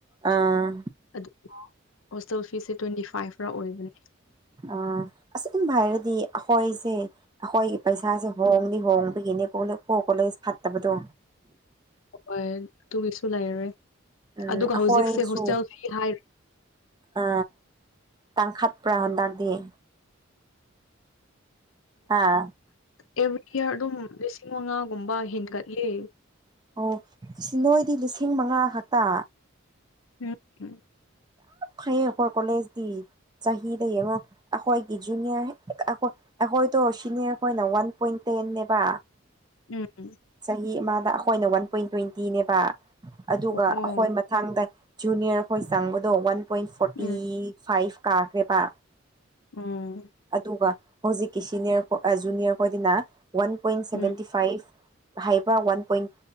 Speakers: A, on the right; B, on the left.
A: ꯑꯥ
B: ꯑꯗꯨꯒ ꯍꯣꯁꯇꯦꯜ ꯐꯤꯁꯦ ꯇ꯭ꯋꯦꯟꯇꯤ ꯐꯥꯏꯚ ꯔꯥ ꯑꯣꯏꯕꯅꯦ
A: ꯑ ꯑꯁꯨꯝ ꯍꯥꯏꯔꯗꯤ ꯑꯩꯈꯣꯏꯁꯦ ꯑꯩꯈꯣꯏꯒꯤ ꯄꯩꯁꯥꯁꯦ ꯍꯣꯡꯅꯤ ꯍꯣꯡꯕꯒꯤꯅꯦ ꯀꯣ ꯀꯣꯂꯦꯖ ꯐꯠꯇꯕꯗꯣ
B: ꯍꯣꯏ ꯑꯗꯨꯒꯤꯁꯨ ꯂꯩꯔꯔꯦ
A: ꯎꯝ
B: ꯑꯗꯨꯒ
A: ꯑꯩꯈꯣꯏꯁꯨ
B: ꯍꯧꯖꯤꯛꯁꯦ ꯍꯣꯁꯇꯦꯜ ꯐꯤ ꯍꯥꯏ
A: ꯑ ꯇꯪꯈꯠ ꯄꯨ꯭ꯔꯔꯍꯟꯗꯔ ꯗꯌꯦ ꯑꯥ
B: ꯑꯦꯚ꯭ꯔꯤ ꯏꯌꯥꯔ ꯑꯗꯨꯝ ꯂꯤꯁꯤꯡ ꯃꯉꯥꯒꯨꯝꯕ ꯍꯦꯟꯒꯠꯂꯦ
A: ꯑꯣ ꯅꯣꯏꯗꯤ ꯂꯤꯁꯤꯡ ꯃꯉꯥ ꯈꯛꯇ
B: ꯎꯝꯝ
A: ꯐꯩꯌꯦ ꯑꯩꯈꯣꯏ ꯀꯣꯂꯦꯖꯇꯤ ꯆꯍꯤꯗ ꯑꯃ ꯑꯩꯈꯣꯏꯒꯤ ꯖꯨꯅꯤꯌꯔ ꯑꯩꯈꯣꯏꯗꯣ ꯁꯤꯅꯤꯌꯔ ꯑꯩꯈꯣꯏꯅ ꯋꯥꯟ ꯄꯣꯏꯟ ꯇꯦꯟꯅꯦꯕ
B: ꯎꯝ
A: ꯆꯍꯤ ꯑꯃꯗ ꯑꯩꯈꯣꯏꯅ ꯋꯥꯟ ꯄꯣꯏꯟ ꯇ꯭ꯋꯦꯟꯇꯤꯅꯦꯕ ꯑꯗꯨꯒ
B: ꯑꯣ
A: ꯑꯩꯈꯣꯏ ꯃꯊꯥꯡꯗ ꯖꯨꯅꯤꯌꯔꯈꯣꯏ ꯆꯪꯕꯗꯣ ꯋꯥꯟ ꯄꯣꯏꯟ ꯐꯣꯔꯇꯤ
B: ꯎꯝ
A: ꯐꯥꯏꯚ ꯀꯥꯈ꯭ꯔꯦꯕ
B: ꯎꯝ
A: ꯑꯗꯨꯒ ꯍꯧꯖꯤꯛꯀꯤ ꯁꯤꯅꯤꯌꯔ ꯖꯨꯅꯤꯌꯔ ꯈꯣꯏꯗꯤꯅ ꯋꯥꯟ ꯄꯣꯏꯟ ꯁꯕꯦꯟꯇꯤ
B: ꯎꯝ
A: ꯐꯥꯏꯚ ꯍꯥꯏꯕ꯭ꯔꯥ ꯋꯥꯟ ꯄꯣꯏꯟ